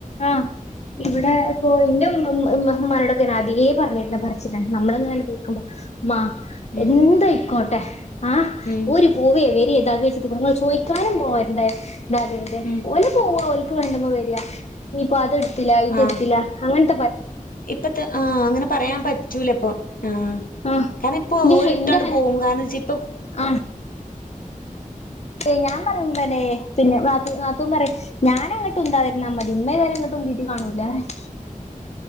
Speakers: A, on the left; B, on the left.
A: ആഹ് ഇവ്ടെ ഇപ്പോ ഇന്റെ ഇമ്മമ് ഇമ്മ ഇമ്മാനോടൊക്കെ ഞാനെ ആദ്യേ പറഞ്ഞിര്ന്ന പറച്ചിലാണ് ന്നമ്മള് ഇങ്ങനെ അനുഭവിക്കുമ്പോ മ
B: ഉം
A: എന്തയിക്കോട്ടെ ആഹ്
B: ഉം
A: ഓര് പൂവയേ വരിയോ എന്താന്ന് വച്ചിട്ട് നിങ്ങൾ ചോദിക്കാനും പോവാണ്ട എന്താരുത്
B: ഉം
A: ഓല് പോവാ ഓൽക്ക് വേണ്ടുമ്മ വെരാ ഇഞ്ഞിപ്പോ അത്ട്ത്തില ഇത്ട്ത്തില
B: ആഹ്
A: അങ്ങൻത്തെ പർ
B: ഇപ്പത്തെ ആഹ് അങ്ങനെ പറയാൻ പറ്റൂലിപ്പൊ ആഹ്
A: ആഹ്
B: കാരണം ഇപ്പൊ
A: എന്റെ
B: ഒരിട്ടാണ്ട്
A: എന്റെ
B: പോവും കാരണം വെച്ചാ ഇപ്പം
A: ആഹ് ദ് ഞാൻ പറയുമ്പന്നെ പിന്നെ ന്നാത്തൂ ന്നാത്തൂൻ പറിം ഞാന അങ്ങട്ട് ഉന്താതിര്ന്നാ മതി ഉമ്മ എതായാലും ഇങ്ങട്ട്. ഉന്തീറ്റ് കാണൂല പറയും